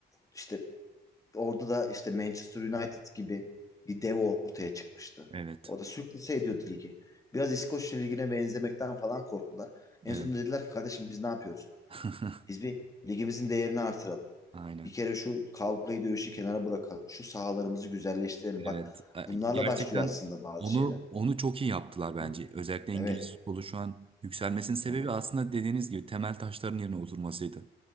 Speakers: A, on the left (about 15°); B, on the right (about 25°).
A: işte Orada da işte Manchester United gibi bir dev ortaya çıkmıştı.
B: Evet.
A: Orada sürklase ediyordu ligi. Biraz İskoçya ligine benzemekten falan korktular. En
B: Evet.
A: sonunda dediler ki kardeşim biz ne yapıyoruz?
B: <laughs>
A: Biz bir ligimizin değerini artıralım.
B: Aynen.
A: Bir kere şu kavgayı dövüşü kenara bırakalım. Şu sahalarımızı güzelleştirelim.
B: Evet.
A: Bak
B: E,
A: bunlarla
B: Gerçekten
A: başlıyor aslında bazı
B: onu
A: şeyler.
B: onu çok iyi yaptılar bence.
A: Hı?
B: Özellikle
A: Evet.
B: İngiliz futbolu şu an yükselmesinin sebebi
A: Hı hı.
B: aslında dediğiniz gibi temel taşların yerine oturmasıydı.